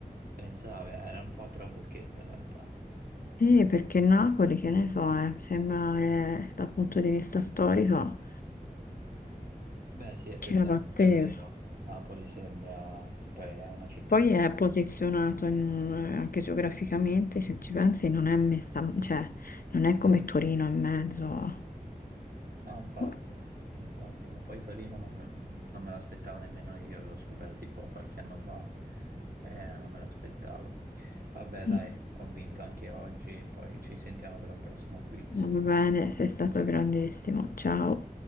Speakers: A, on the right (about 75°); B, on the left (about 65°).
A: Pensavi, eh, era un po' a trabocchetto in realtà.
B: Sì, perché Napoli, che ne so, eh, sembra che dal punto di vista storico
A: Beh, sì, effettivamente
B: che la batteva.
A: è vero. Napoli sembra che poi è una città
B: Poi
A: grande.
B: è posizionato in- eh, anche geograficamente, se ci pensi, non è messa, cioè non è come Torino in mezzo.
A: No, infatti,
B: Boh.
A: infatti, ma poi Torino non me, non me l'aspettavo nemmeno io, l'ho scoperto tipo qualche anno fa e non me l'aspettavo. Vabbè, dai,
B: Mm,
A: ho vinto anche oggi, poi ci sentiamo per un prossimo quiz.
B: Va bene, sei stato grandissimo. Ciao.